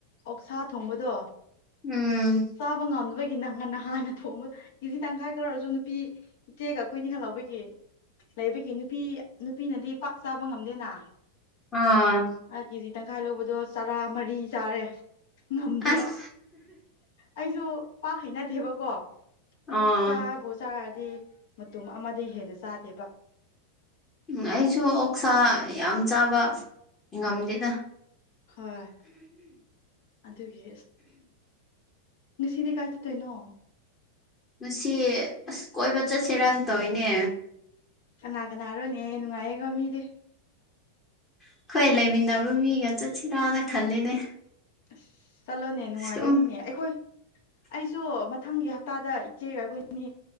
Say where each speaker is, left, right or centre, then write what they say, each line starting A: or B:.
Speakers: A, on the left; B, on the left.
A: ꯑꯣꯛꯁꯥ ꯊꯣꯡꯕꯗꯣ
B: ꯎꯝ
A: ꯆꯥꯕ ꯉꯝꯗꯕꯒꯤ ꯅꯪ ꯉꯟꯅ ꯍꯥꯟꯅ ꯊꯣꯡꯕ ꯀꯦꯖꯤ ꯇꯪꯈꯥꯏ ꯈꯔ ꯑꯣꯏꯔꯁꯨ ꯅꯨꯄꯤ ꯏ ꯆꯦꯒ ꯑꯩꯈꯣꯏꯅꯤ ꯈ ꯂꯥꯎꯧꯕꯒꯤ ꯂꯩꯕꯒꯤ ꯅꯨꯄꯤ ꯅꯨꯄꯤꯅꯗꯤ ꯄꯥꯛ ꯆꯥꯕ ꯉꯝꯗꯦꯅ
B: ꯑꯥ
A: ꯀꯦꯖꯤ ꯇꯪꯈꯥꯏ ꯂꯧꯕꯗꯣ ꯆꯔꯥ ꯃꯔꯤ ꯇꯥꯔꯦ ꯉꯝꯗꯦ
B: ꯑꯁ
A: ꯑꯩꯁꯨ ꯄꯥꯛ ꯍꯩꯅꯗꯦꯕꯀꯣ ꯑꯗꯨꯝ
B: ꯑꯥ
A: ꯆꯥꯕ ꯆꯥꯔ ꯗꯤ ꯃꯇꯨꯝ ꯑꯃꯗ ꯍꯦꯟꯅ ꯆꯥꯗꯦꯕ
B: ꯎꯝ ꯑꯩꯁꯨ ꯑꯣꯛꯁꯥ ꯌꯥꯝ ꯆꯥꯕ ꯉꯝꯗꯦꯗ
A: ꯍꯣꯏ ꯑꯗꯨꯒꯤ ꯅꯁꯤꯗꯤ ꯀꯥꯏ ꯆ ꯇꯦ ꯅꯣ
B: ꯉꯁꯤ ꯑꯁ ꯀꯣꯏꯕ ꯆꯠꯁꯦ ꯔꯟ ꯇꯧꯤꯅꯦ
A: ꯀꯅꯥ ꯀꯅꯥꯔꯣꯅꯦ ꯅꯨꯡꯉꯥꯏꯌꯦꯀ ꯃꯤꯗꯤ
B: ꯑꯩꯈꯣꯏ ꯂꯩꯃꯤꯟꯅꯕ ꯃꯤꯒ ꯆꯠꯁꯤꯔꯥꯅ ꯈꯜꯂꯤꯅꯦ
A: ꯑꯁ ꯆꯠꯂꯣꯅꯦ ꯅꯨꯡꯉꯥꯏꯗꯣꯏꯅꯤꯅꯦ
B: ꯁꯨꯝ
A: ꯑꯩꯈꯣꯏ
B: <unintelligible>
A: ꯑꯩꯁꯨ ꯃꯊꯪꯒꯤ ꯍꯞꯇꯥꯗ ꯏꯆꯦꯒ ꯑꯩꯈꯣꯏꯅꯤ